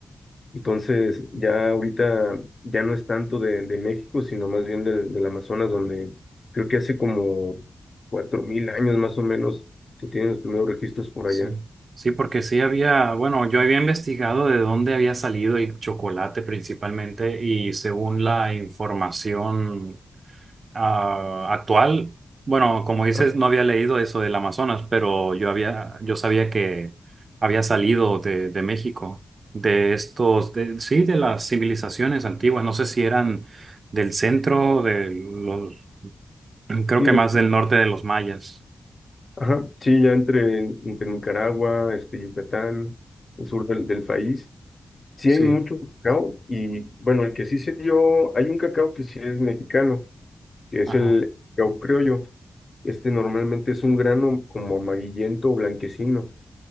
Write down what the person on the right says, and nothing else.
sí.
Sí, porque sí había, bueno, yo había investigado de dónde había salido el chocolate principalmente y según la información ah, actual, bueno, como dices,
no había leído eso del Amazonas, pero yo había, yo sabía que había salido de, de México, de estos, de- sí, de las civilizaciones antiguas. No sé si eran del centro, de los, creo
que
más del norte de los mayas.
Sí,
ajá,